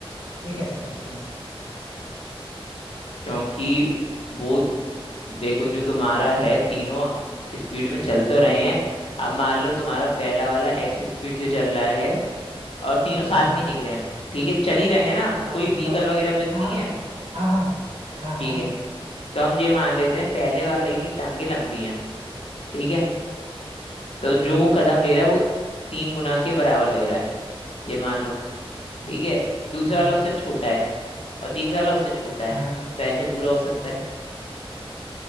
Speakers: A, on the right; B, on the left.
A: ये कैसे पॉसिबल है
B: क्योंकि वो देखो जो तुम्हारा है तीनों स्पीड में चल तो रहे हैं अब मान लो तुम्हारा पहला वाला एक्स स्पीड से चल रहा है और तीनों साथ
A: हम्म
B: में ही निकले हैं ठीक है चल ही रहे हैं ना
A: हाँ हाँ
B: कोई
A: तीनों
B: व्हीकल
A: साथ
B: वगैरह पे तो नहीं
A: हाँ हाँ
B: है
A: हाँ हाँ हाँ हाँ
B: ठीक है तो हम ये मान लेते हैं पहले वाले की टांगे लंबी हैं ठीक है तो जो
A: हम्म,
B: वो कदम ले रहा है वो तीन गुना के बराबर ले रहा है ये मान लो
A: हम्म,
B: ठीक है दूसरे
A: हाँ
B: वाला उससे छोटा है और तीसरा वाला उससे छोटा है
A: हाँ
B: तो ऐसे पूरा हो सकता है